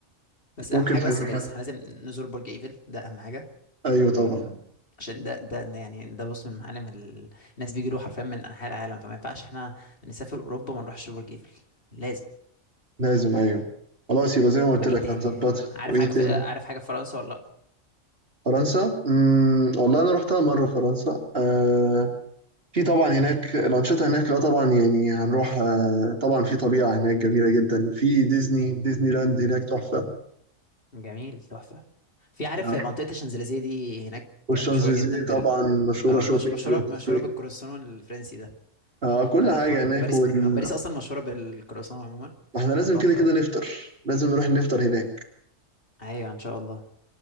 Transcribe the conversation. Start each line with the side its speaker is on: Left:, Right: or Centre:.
Left: بس أهم
Right: ممكن
Left: حاجة
Right: تظبطها
Left: بس باريس احنا لازم نزور برج إيفل ده أهم حاجة
Right: ايوه طبعا
Left: عشان ده ده يعني ده بص من معالم ال- الناس بيجيله حرفيا من أنحاء العالم فما ينفعش احنا نسافر أوروبا وما نروحش برج إيفل لازم
Right: لازم ايوه خلاص يبقى زي ما
Left: وإيه
Right: قلت لك
Left: تاني
Right: هنظبطها
Left: عارف
Right: وايه
Left: حاجة
Right: تاني؟
Left: في آه، عارف حاجة في فرنسا ولا لأ؟
Right: فرنسا مم. والله انا رحتها مرة فرنسا آه. في طبعا هناك الأنشطة هناك لا طبعا يعني هنروح آه. طبعا في طبيعة هناك جميلة جدا في ديزني ديزني لاند هناك تحفة
Left: جميل تحفة في عارف
Right: آه.
Left: منطقة الشانزليزيه دي هناك
Right: والشانزليزيه
Left: مشهورة جدا بال
Right: طبعا مشهورة
Left: آه،
Right: شوبينج
Left: مش... مشهورة
Right: وتسويق
Left: مشهورة بالكروسون الفرنسي ده
Right: آه. كل
Left: تعرف
Right: حاجة
Left: م- باريس
Right: هناك وال...
Left: باريس اصلا مشهوره بالكرواسون عموما
Right: احنا لازم
Left: فتحفه
Right: كده كده نفطر لازم نروح نفطر هناك
Left: ايوه ان شاء الله